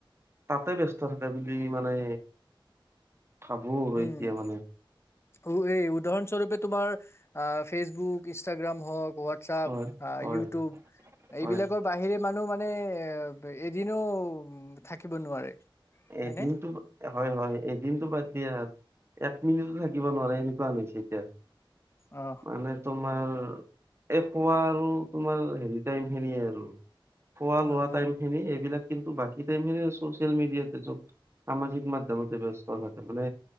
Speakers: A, on the right; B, on the left.
A: তাতে ব্যস্ত থাকে বুলি মানে ভাবো আৰু
B: উম
A: এতিয়া মানে
B: - উম এই উদাহৰণস্বৰূপে তোমাৰ আহ ফেচবুক ইনষ্টাগ্ৰাম হওক হোৱাটছপ,
A: হয় হয়
B: ইউটিউব
A: হয়
B: এইবিলাকৰ
A: হয়
B: বাহিৰে মানুহ মানে এ এদিনো উম, থাকিব নোৱাৰে। হয়নে
A: এদিনটো হয় - হয় এদিনতটো বাদ দিয়া এক মিনিট থাকিব নোৱাৰে এনেকুৱা হৈছে এতিয়া
B: অ
A: মানে তোমাৰ এহ শুৱা ত' তোমাৰ হেৰি টাইমখিনিয়ে আৰু খোৱা
B: হয়
A: লোৱা টাইমখিনি
B: অ
A: এইবিলাক কিন্তু বাকী টাইমখিনি চোচিয়েল মিডিয়াতে চব, সামাজিক মাধ্যমতে ব্যস্ত থাকে মানে